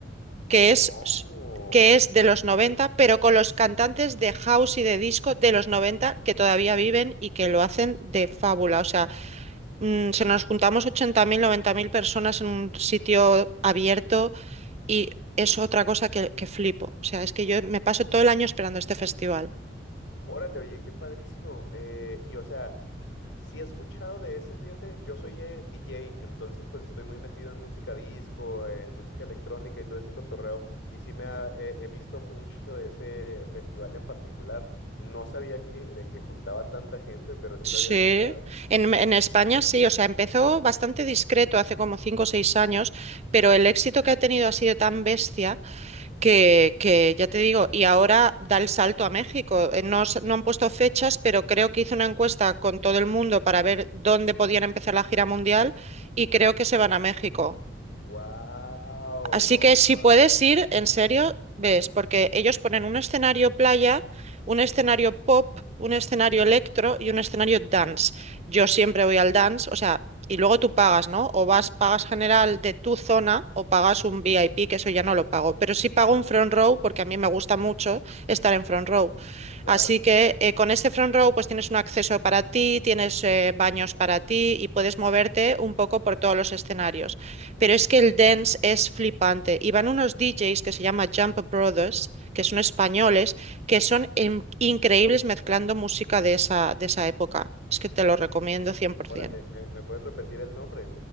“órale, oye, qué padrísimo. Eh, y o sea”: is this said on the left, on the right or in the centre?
Left